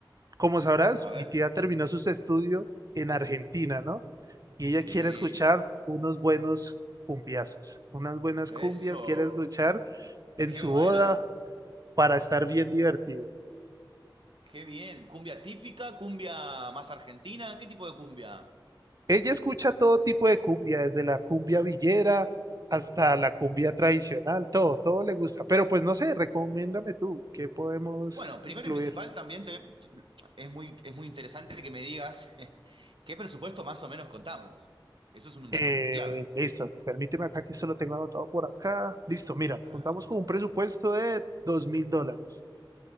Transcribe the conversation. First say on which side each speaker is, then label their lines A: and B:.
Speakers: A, on the right; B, on the right.
A: como sabrás,
B: A ver.
A: mi tía terminó sus estudios en Argentina, ¿no? Y ella
B: Sí.
A: quiere escuchar unos buenos cumbiazos, unas buenas
B: Eso.
A: cumbias quiere escuchar en
B: Qué
A: su
B: bueno.
A: boda para estar bien divertido.
B: Qué bien. ¿Cumbia típica? ¿Cumbia más argentina? ¿Qué tipo de cumbia?
A: Ella escucha todo tipo de cumbia, desde la cumbia villera hasta la cumbia tradicional, todo, todo le gusta. Pero pues no sé, recomiéndame tú, ¿qué podemos
B: Bueno, primero
A: incluir?
B: y principal también te- es muy, es muy interesante que me digas <laughs> qué presupuesto más o menos contamos. Eso es un
A: Eh,
B: dato muy clave.
A: listo, permíteme acá que solo tengo anotado por acá. Listo, mira,
B: Dale.
A: contamos con un presupuesto de dos mil dólares.